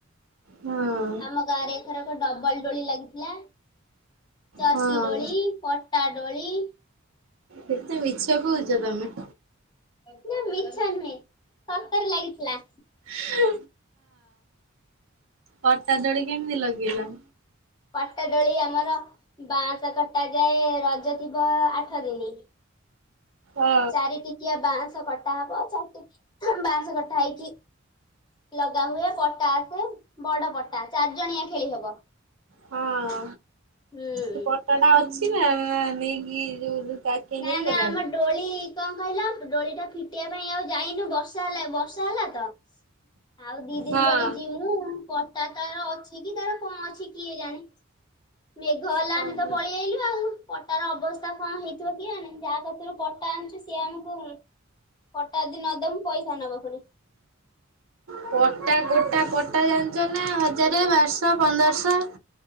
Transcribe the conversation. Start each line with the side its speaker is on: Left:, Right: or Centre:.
Right: ହୁଁ।
Left: ଆମ ଗାଁ ରେ ଏଥର କ ଡବଲ ଡୋଳି ଲାଗିଥିଲା। ଚର୍କି
Right: ହଁ
Left: ଡୋଳି ପଟା ଡୋଳି
Right: କେତେ ମିଛ କହୁଛ ତମେ।
Left: ନା ମିଛ ନୁହେଁ ସତରେ ଲାଗିଥିଲା।
Right: ହଁ ପଟା ଦୋଡି କେମିତି ଲଗେଇଲ?
Left: ପଟାଡୋଳି ଆମର ବାଁଶ କଟା ଯାଏ ରଜ ଥିବ ଆଠ ଦିନ
Right: ହଁ
Left: ଚାରି ଟିକିଆ ବାଁଶ କଟା ହବ ଚାରିଟିକିଆ ବାଉଁସ କଟା ହେଇକି ଲଗା ହୁଏ ପଟା ଆସେ ବଡ ପଟା ଚାରି ଜଣିଆ ଖେଳି ହବ
Right: ହଁ
Left: ହୁଁ।
Right: ସେ ପଟା ଟା ଅଛି ନା ନା ନେଇକି ଯୋଉ କାକେଇ
Left: ନା
Right: ନେଇଗଲାଣି?
Left: ନା ଆମ ଡୋଳି କଣ କହିଲା ଡୋଳି ଟା ଫିଟିବା ପାଇଁ ଆଉ ଯାଇନୁ ବର୍ଷ ବର୍ଷା ହେଲା ତ ଆଉ ଦି ଦିନ
Right: ହଁ।
Left: ପରେ ଯମୁ ଉଁ ପଟା ତାର ଅଛି କି ତାର କଣ ଅଛି କିଏ ଜାଣି ମେଘ ହେଲା
Right: ଓହୋ
Left: ଆମେ ତ ପଳେଇ ଆଇଲୁ ଆଉ ପଟାର ଅବସ୍ଥା କଣ ହେଇ କି ଯାହା କଛରୁ ପଟା ଆଣିଛୁ ସିଏ ଆମକୁ ପଟା ଯଦି ନଦବୁ ପଇସା ନବ ପୁଣି।
Right: ପଟା ଗୋଟା ପଟା ଜାଣିଛ ନା ହଜାର ବାରଶହ ପନ୍ଦରଶହ